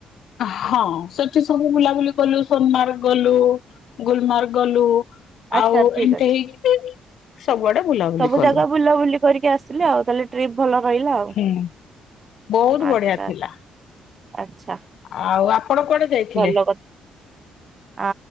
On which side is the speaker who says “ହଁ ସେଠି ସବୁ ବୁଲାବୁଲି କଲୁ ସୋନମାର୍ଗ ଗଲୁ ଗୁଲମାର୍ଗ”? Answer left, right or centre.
Left